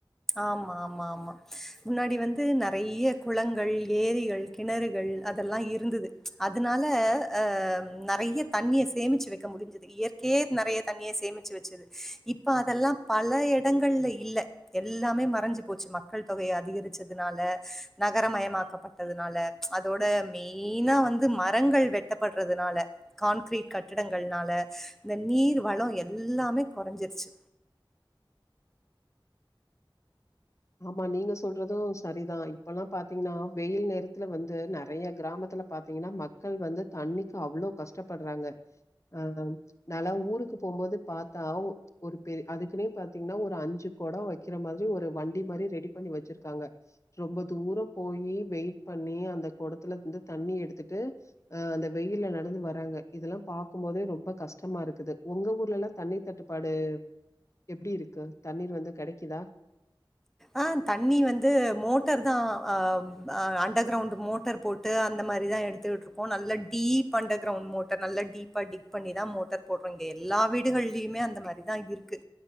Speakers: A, in the centre; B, on the left.
A: ஆமா ஆமா ஆமா முன்னாடி வந்து நெறைய குளங்கள் ஏரிகள் கிணறுகள் அதெல்லா இருந்தது அதனால ஆ நெறைய தண்ணிய சேமிச்சு வைக்க முடிஞ்சுது இயற்கையே நெறைய தண்ணிய சேமிச்சு வச்சுது இப்ப அதெல்லா பல எடங்கள்ல இல்ல எல்லாமே மறைஞ்சு போச்சு மக்கள் தொகையை அதிகரிச்சதுனால நகரமயமாக்கப்பட் டதுனால அதோட மெயினா வந்து மரங்கள் வெட்டப்படுறதுனால கான்கிரீட் கட்டிடங்கள்னால இந்த நீர் வள எல்லாமே கொறைஞ்சிருச்சு
B: ஆமா நீங்க சொல்றது சரிதா இப்பல்லா பாத்தீங்கன்னா வெயில் நேரத்துல வந்து நெறைய கிராமத்துல பாத்தீங்கன்னா மக்கள் வந்து தண்ணிக்கு அவ்வளோ கஷ்டப்படுறாங்க ஆ நால்லா ஊருக்கு போகும்போது பாத்தா ஒரு பெரி அதுக்குன்னே பாத்தீங்கன்னா ஒரு அஞ்சு கொடோ வைக்கிற மாதிரி ஒரு வண் டி மாரி ரெடி பண்ணி வச்சிருக்காங்க ரொம்ப தூரோ போயி வெயிட் பண்ணி அந்த குடத்துல இருந்து தண்ணி எடுத்துட்டு அ அந்த வெயில்ல நடந்து வராங்க இதெல்லா பாக்கும் போதே ரொம்ப கஷ்டமா இருக்குது உங்க ஊர்லல்லா தண்ணீர் தட்டுப்பாடு எப்படி இருக்கு தண்ணீர் வந்து கெடைக்குதா
A: ஆ தண்ணி வந்து மோட்டர் தா அ ஆ அண்டர் கிரவுண்ட் மோட்டர் போட் டு அந்த மாரிதா எடுத்துட்ருக்கோ நல்ல டீப் அண்டர் கிரௌண்ட் மோட்டர் நல்ல டீப்பாடிப் ப் பண்ணிதா மோட்டர் போடுறோ இங்க எல்லா வீடுகள்லியுமே அந்த மாரிதா இருக்கு